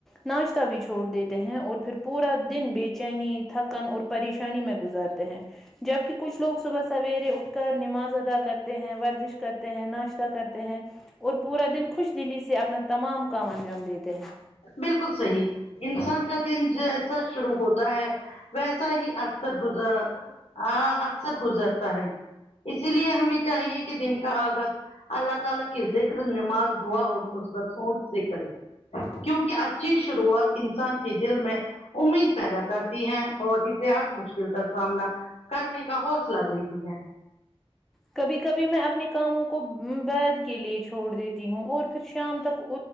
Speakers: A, in the centre; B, on the left.
A: ناشتہ بھی چھوڑ دیتے ہیں اور پھر پورا دن بے چینی تھکن اور پریشانی میں گزارتے ہیں جبکہ کچھ لوگ صبح سویرے اٹھ کر نماز ادا کر کرتے ہیں ورزش کرتے ہیں ناشتہ کرتے ہیں اور پورا دن خوش دلی سے اپنا تمام کام انجام دیتے ہیں
B: بالکل صحیح انسان کا دن جیسا شروع ہوتا ہے ویسا ہی اکثر گزرا آ اکثر گزرتا ہے اسی لیے ہمیں چاہیے کہ دن کا آغاز اللہ تعالی کی ذکر نماز دعا اور مثبت سوچ سے کرے کیونکہ اچھی شروعات انسان کی دل میں امید پیدا کرتی ہیں اور اسے ہر مشکل کا سامنا کرنے کا حوصلہ دتی ہے
A: کبھی کبھی میں اپنے کاموں کو بیید کے لیے چھوڑ دیتی ہوں اور پھر شام تک